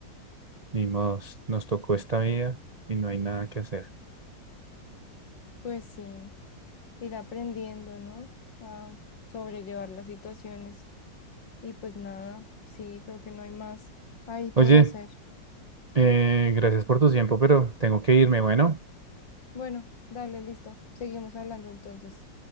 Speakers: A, on the right (about 50°); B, on the left (about 85°).
A: ni modos, nos tocó esta vida y no hay nada que hacer.
B: Pues sí, ir aprendiendo, ¿no? A sobrellevar las situaciones. Y pues nada, sí, creo que no hay más ahí por
A: Oye,
B: hacer.
A: eh, gracias por tu tiempo, pero tengo que irme, bueno.
B: Bueno, dale, listo. Seguimos hablando entonces.